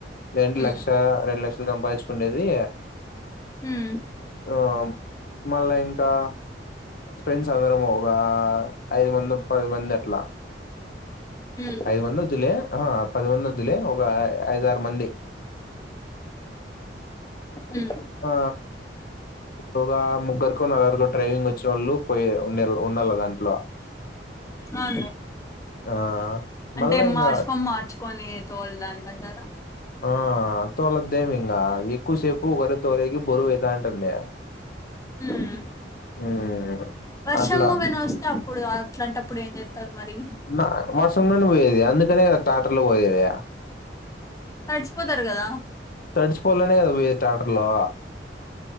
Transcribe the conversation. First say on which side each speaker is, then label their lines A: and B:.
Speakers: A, on the left; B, on the left.
A: లేదంటే
B: ఉమ్
A: లక్ష రెండు లక్షలు సంపాదించుకుండేది
B: హుమ్
A: ఆ మళ్ళా ఇంకా ఫ్రెండ్స్ అందరము ఒగా ఐదు మంది పది మంది అట్లా
B: ఉమ్
A: ఐదు మంది వద్దులే ఆహా పది మంది వద్దులే ఒక ఐద ఆరు మంది
B: హుమ్
A: ఆ ఓగా ముగ్గురికో నలుగురికో డ్రైవింగ్ వచ్చినోళ్ళు పోయ ఉండే ఉండాల దాంట్లో
B: అవున్లే
A: ఆ
B: అంటే
A: మళ్ళా ఇంగ
B: మార్చుకోని మార్చుకొని తోల్డానికి అంటారా
A: ఆ తోలద్దేమి ఇంగా ఎక్కువసేపు ఒకరే తోలేకి బరువయితాంటంది
B: ఉమ్
A: ఉమ్
B: వర్షమూ
A: అట్లా
B: వెళ్ళొస్తాం ఇప్పుడు అట్లాంటప్పుడు ఏం చేస్తారు మరి
A: న వర్షం నుండి పోయేది అందుకనే కదా టాటర్ల పోయేది
B: తడిచిపోతరు గదా
A: తడిచిపోవలనే కదా పోయేది ట్రాక్టర్లో